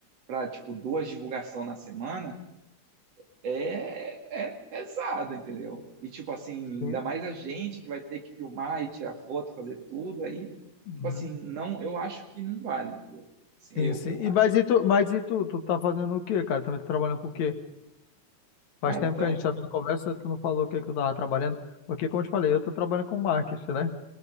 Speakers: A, on the right; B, on the left.
A: para tipo duas divulgação na semana é, é pesado, entendeu? E tipo assim, ainda
B: Sim.
A: mais a gente que vai ter que filmar e tirar foto, fazer tudo aí,
B: Uhum.
A: tipo assim, não, eu acho que não vale, entendeu? Assim,
B: Sim,
A: eu,
B: sim.
A: eu
B: E,
A: acho.
B: mas e tu, mas e tu, tu tá fazendo o quê, cara? Também tá trabalhando com o quê?
A: Cara,
B: Faz tempo
A: então,
B: que a gente tá dando conversa, tu não falou o que que tu tava trabalhando, porque como eu te falei, eu tô trabalhando com marketing, né?